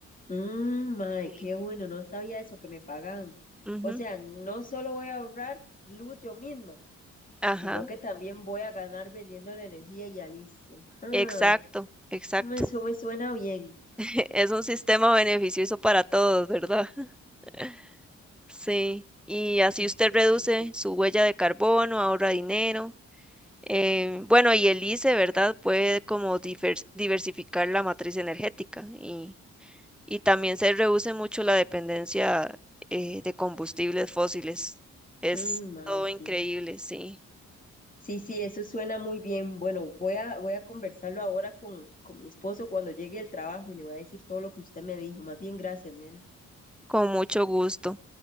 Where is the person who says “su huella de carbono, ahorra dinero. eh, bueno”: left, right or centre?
Centre